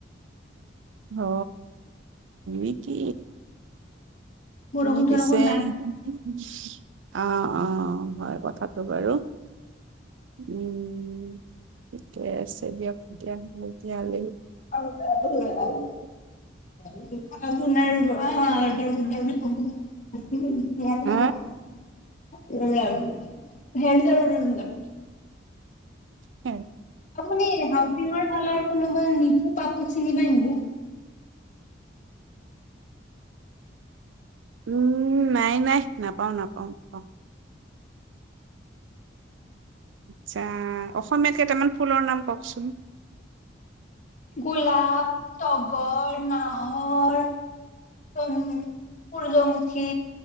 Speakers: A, on the right; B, on the left.
A: অ এই কি
B: বৰষুণ
A: তুমি
B: চৰষুণ
A: পিছে
B: নাই
A: <inaudible> অ', অ', হয়। থাতো বাৰু। উম। ঠিকে আছে দিয়ক দিয়া তিয়ালী
B: আৰু
A: <inaudible>
B: <unintelligible> <unintelligible>
A: হা?
B: <unintelligible>
A: উম।
B: আপুনি হাউচিঙৰ ফালৰ কোনোবা নি ত পাপু চিনি পাই নেকি?
A: উম, নাই, নাই নাপাওঁ, নাপাওঁ, নাপাওঁ। আচ্ছা, অসমীয়া কেইটামান ফুলৰ নাম কওঁকচোন।
B: গুলাপ তগৰ, নাহৰ উম, সূৰ্যমুখী,